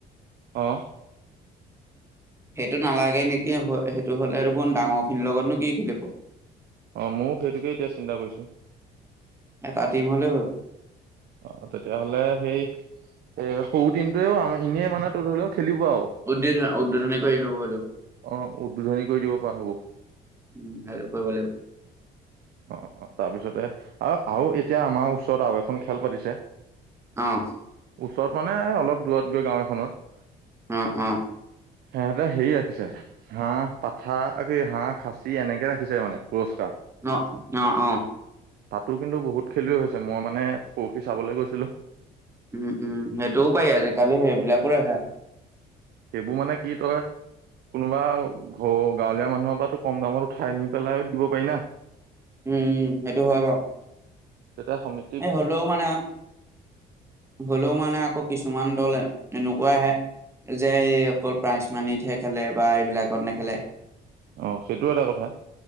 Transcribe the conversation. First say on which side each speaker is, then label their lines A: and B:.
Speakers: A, on the right; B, on the right.
A: অ।
B: উম। সেইটো নালাগে নেকি সেইটো হ'লে দেখোন ডাঙৰ খিনিৰ লগতনো কি খেলিব।
A: অ ময়ো সেইটোকে এতিয়া চিন্তা কৰিছোঁ।
B: এটা টিম হ'লে হ'ল
A: অ তেতিয়াহ'লে সেই। এ সৰু টিমটোৱে আমাৰ এনে মানে ত ধৰি লও খেলিব আৰু।
B: উদ্বোধন উদ্বোধনকৈ এইটোবও।
A: অ উদ্বোধনী কৰি দিব পৰা হ'ব
B: উম স আৰু কৰিব লাগিব।
A: অ অ তাৰপিছতে আৰু আৰু এতিয়া আমাৰ ওচৰত আৰু এখন খেল পাতিছে।
B: অহ।
A: ওচৰত মানে অলপ দূৰত গৈ গাঁও এখনত।
B: উম উম।
A: হেহঁতে হেৰি ৰাখিছে। হাঁহ পাঠা একে হাঁহ খাচী এনেকে ৰাখিছে মানে পুৰস্কাৰ।
B: অ অ অ।
A: তাতো কিন্তু বহুত খেলুৱৈ হৈছে মই মানে পৰহি চাবলৈ গৈছিলোঁ।
B: উম উম সেইটোও পায় আজিকালি সেইবিলাকো ৰেখা।
A: সেইবোৰ মানে কি তই। কোনোবা ঘৰ গাঁৱলীয়া মানুহৰ পৰাতো কম দামত উঠাই নি পেলাই দিব পাৰি না।
B: উম উম সেইটো হয় বাৰু।
A: এটা সমী।
B: এই হ'লেও মানে হ'লেও মানে আকৌ কিছুমান দলে। এনেকুৱা আহে যে এই অকল প্ৰাইজ মানিতহে খেলে বা এইবিলাকত নেখেলে।
A: অ সেইটো এটা কথা।